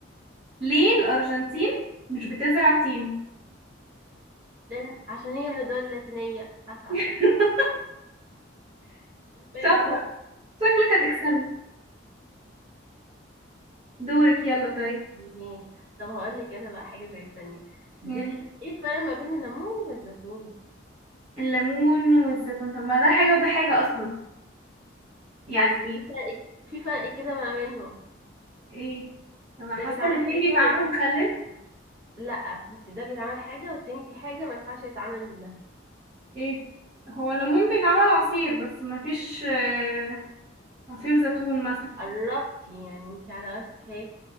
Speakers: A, on the right; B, on the right.
A: ليه الارجنتين مش بتزرع تين
B: لأن عشان هي من الدول اللاتينية
A: <laughs>
B: <laughs> فيها.
A: شاطرة شكلك هتكسبي دورك يلا طيب
B: ماشي طب هقول لك انا بقى حاجة زي الثانية
A: مم.
B: ليه ال- ايه الفرق ما بين الليمون والزيتون
A: الليمون والزيتون طب ما ده حاجة وده حاجة اصلا
B: بس
A: يعني
B: في فرق في فرق كده ما بينهم
A: ايه طب انا
B: ده
A: حاسة
B: بيتعمل
A: الاتنين
B: حاجة
A: بيتعاملوا
B: و...
A: مخلل
B: لا بصي ده بيتعمل حاجة والتاني في حاجة ما ينفعش يتعمل منها
A: ايه هو الليمون بيتعمل عصير بس مفيش آه، عصير زيتون مثلا
B: قربتي يعني انت على راسك اهي